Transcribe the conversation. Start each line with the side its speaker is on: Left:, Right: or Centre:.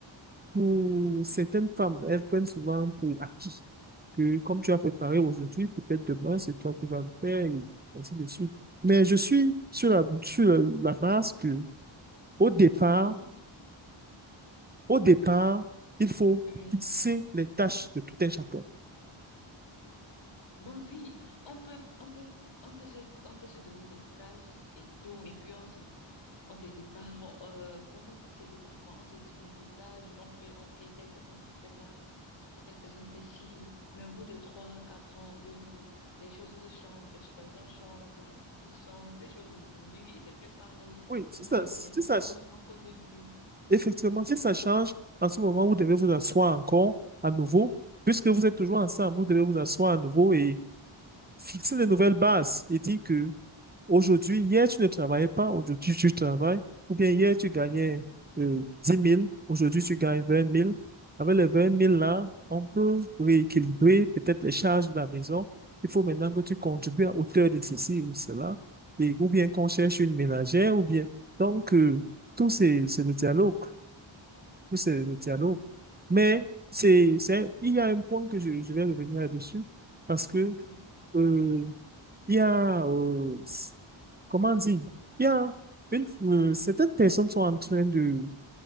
Right: pour certaines femmes, elles prennent souvent pour acquis que comme tu as préparé aujourd'hui, peut-être demain, c'est toi qui vas le faire, et ainsi de suite. Mais je suis sur la, sur la base que, au départ,
Left: Oui.
Right: Au départ, il faut
Left: Oui.
Right: fixer les tâches de tout un chacun.
Left: Bon, oui, on peut, on peut, on peut se, on peut se donner des tâches et tout, et puis on se, on se sépare, on- euh, pas qu'on se sépare, quoi, on se divise les tâches, on peut, ok, telle personne fait ça, telle personne fait ci, mais au bout de trois, quatre ans, deux ans, les choses changent, les situations changent, la vie change, les choses évoluent, et c'est plus pareil,
Right: Oui, si
Left: vous
Right: ça,
Left: n'avez
Right: si
Left: plus les mêmes
Right: ça,
Left: conditions qu'au début.
Right: effectivement, si ça change, en ce moment, vous devez vous asseoir encore à nouveau, puisque vous êtes toujours ensemble, vous devez vous asseoir à nouveau et fixer de nouvelles bases et dire que aujourd'hui, hier, tu ne travaillais pas, aujourd'hui, tu travailles, ou bien hier, tu gagnais euh, 10 000, aujourd'hui, tu gagnes vingt mille Avec les vingt mille
Left: Oui,
Right: là, on peut rééquilibrer peut-être les charges de la maison. Il faut maintenant que tu contribues à hauteur de ceci ou cela, et, ou bien qu'on cherche une ménagère, ou bien. Donc, euh, tout c'est c'est le dialogue. Tout c'est le dialogue. Mais c'est, c'est, il y a un point que je, je vais revenir là-dessus, parce que
Left: oui,
Right: euh, il y a, euh, s- comment dire, il y a une, euh, certaines personnes sont en train de,